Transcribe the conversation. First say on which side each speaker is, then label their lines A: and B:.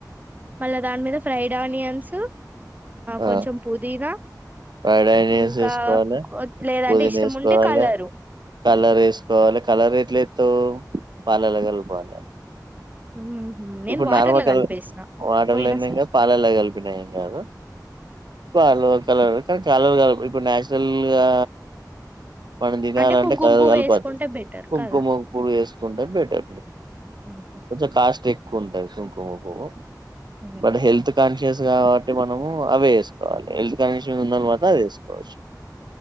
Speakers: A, on the right; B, on the right.
A: మళ్ళా దాని మీద ఫ్రైడ్ ఆనియన్స్
B: ఆ
A: కొంచెం పుదీనా
B: ఫ్రైడ్ ఆనియన్స్
A: ఇంకా
B: వేసుకోవాలే
A: కొ- లేదంటే
B: పుదీనా
A: ఇష్టం
B: వేసుకోవాలే
A: ఉంటే కలరు
B: కలర్ వేసుకోవాలే కలర్ ఎట్ల ఏస్తావు పాలల్ల కలపాలే
A: మ్మ్హ్మ్. నేను
B: ఇప్పుడు
A: వాటర్
B: నార్మల్
A: లో
B: కల్
A: కలిపేసిన
B: వాటర్
A: పోయిన
B: లైన
A: సారి
B: ఏం కాదు పాలల్ల కలిపిన ఏం కాదు పాలు కలర్ కానీ కలర్ కాదు ఇప్పుడు నాచురల్ గా మనం తినాలంటే
A: అంటే కుంకుమ
B: కలర్
A: పువ్వు
B: కనపొద్దు
A: వేసుకుంటే బెటర్
B: కుంకుమపువ్వు
A: కదా
B: వేసుకుంటే బెటర్
A: ఉహు
B: కొంచెం కాస్ ఎక్కువ ఉంటది కుంకుమపువ్వు
A: ఉమ్
B: బ హెల్త్ కాన్ స్ కాబట్టి మనము అవే వేసుకోలి హెల్త్ కండిషన్స్ ఉన్నవాత అది వేసుకోవచ్చు